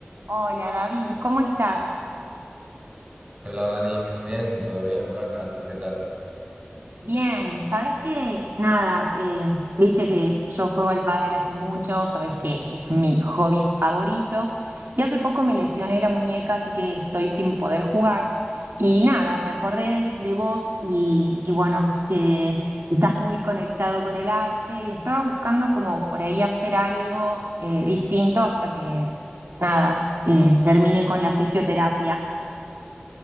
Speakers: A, on the right; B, on the right.
A: Hola David, ¿cómo estás?
B: Hola Dani, bien, todo bien por acá, ¿tú qué tal?
A: Bien, ¿sabes que Nada, eh, viste que yo juego al pádel hace mucho, sabes que es mi hobby favorito y hace poco me lesioné la muñeca, así que estoy sin poder jugar y nada, me acordé de vos y, y bueno, que estás muy conectado con el arte y estaba buscando como por ahí hacer algo eh, distinto hasta que, nada, eh, termine con la fisioterapia.